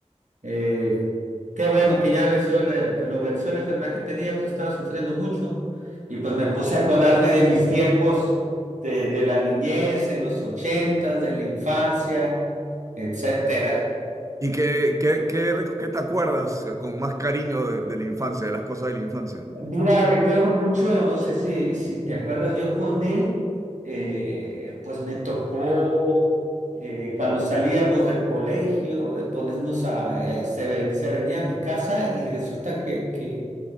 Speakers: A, on the right; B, on the right.
A: Eh, qué bueno que ya venció la- lo venció la enfermedad que tenía, pues estaba sufriendo mucho. Y pues me puse a acordarme de mis tiempos de, de la niñez, en los ochentas, de la infancia, etcétera.
B: ¿Y qué, qué, qué, rec- qué te acuerdas con más cariño de, de la infancia, de las cosas de la infancia?
A: Mira, recuerdo mucho, no sé si, si te acuerdas, yo con él, eh, pues me tocó eh, cuando salíamos del colegio, de ponernos a, a- se, ve- se venía a mi casa y resulta que, que